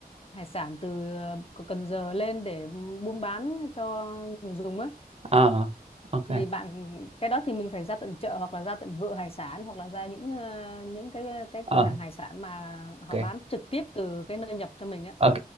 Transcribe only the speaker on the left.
hải sản từ ờ, Cần Giờ lên để buôn bán cho người dùng á
thì bạn cái đó thì mình phải ra tận chợ hoặc là ra tận vựa hải sản hoặc là ra những ờ, những cái cái
cửa hàng hải sản mà họ
bán trực tiếp từ cái nơi nhập cho mình á